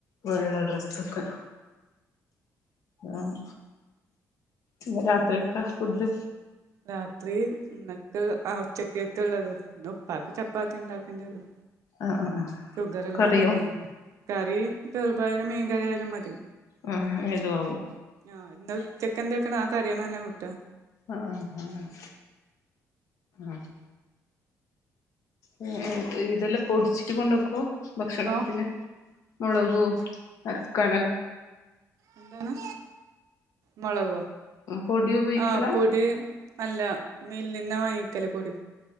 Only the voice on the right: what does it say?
രാത്രി ന്നക്ക് ആഹ് ഉച്ചക്കേത്തുള്ളത് ന്നും പ്പാക്ക് ചപ്പാത്തി ണ്ടാക്കേണ്ടി വരും
ഷുഗറ് ഉള്ള
കാരണം കറി ചെറുപായറും മീൻകറി ആയാലും മതി
ആ ഇന്നൽ ചിക്കന്റെക്കണ ആ കറികള് തന്നെ കൂട്ടുവ
ഓഹ്
എന്താന്ന് മൊളകോ
ആഹ് പൊടി അല്ല മില്ലിന്നാ വാങ്ങിക്കല് പൊടി